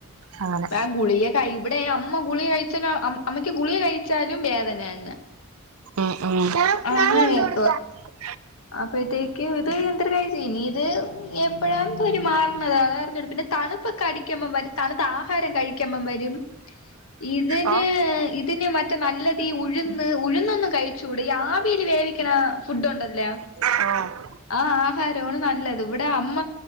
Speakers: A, on the right; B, on the left.
A: അങ്ങനെ
B: അഹ ഗുളിക കഴി ഇവിടെ അമ്മ ഗുളിക കഴിച്ചല് അമ്മയ്ക്ക് ഗുളിക കഴിച്ചാലും വേദനെന്നെ
A: ഉം ഉം ഉം
B: ആഹ അങ്ങനെക്ക്
A: <inaudible>
B: അപ്പോഴത്തേക്കും ഇത് എന്തൊരുകഴ്ച് ഇനീ ഇത് എപ്പോഴാഇരു മാറണത അതറിഞ്ഞട് പിന്നെ തണുപ്പൊക്കെ അടിക്കുമ്പോ തണുത്ത ആഹാരം കഴ കുമ്പോ വരും ഇതിന്
A: ഓ
B: ഇതിന് മറ്റേ നല്ലതീ ഉഴുന്ന് ഉഴുന്നൊന്നും കഴിച്ചൂടെ ഈ ആവി ആവില് വേവിക്കണ ഫുഡ് ഉണ്ടല്ലേ
A: ആഹ
B: ആഹ് ആഹാരമാണ് നല്ലത് ഇവിടെ അമ്മ